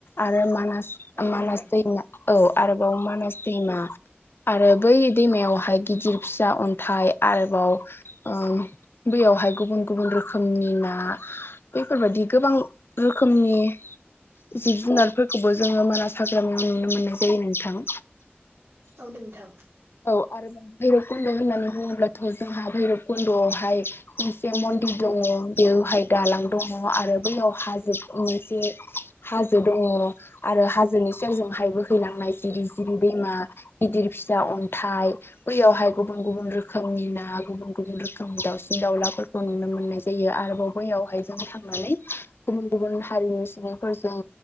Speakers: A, on the left; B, on the right.
A: आरो मानास
B: औ नोंथां
A: मानास दैमा औ आरोबाव मानास दैमा आरो बै दैमायावहाय गिदिर फिसा अन्थाइ आरोबाव ओ बैयावहाय गुबुन गुबुन रोखोमनि ना बैफोरबायदि गोबां रोखोमनि जिब जुनारफोरखौबो जोङो मानास हाग्रामायाव नुनो मोननाय जायो नोंथां
B: औ नोंथां
A: औ आरोबाव भैरब खुन्द' होननानै बुङोब्लाथ' जोंहा भैरब कुन्द'आवहाय मोनसे मन्दिर दङ बेवहाय दालां दङ आरो बैयाव हाजो मोनसे हाजो दङ आरो हाजोनि सेरजोंहाय बोहैलांनाय जिरि जिरि दैमा गिदिर फिसा अन्थाइ बैयावहाय गुबुन गुबुन रोखोमनि ना गुबुन गुबुन रोखोमनि दाउसिन दाउलाफोरखौ नुनो मोननाय जायो आरोबाव बैयावहाय जों थांनानै गुबुन गुबुन हारिनि सुबुंफोरजों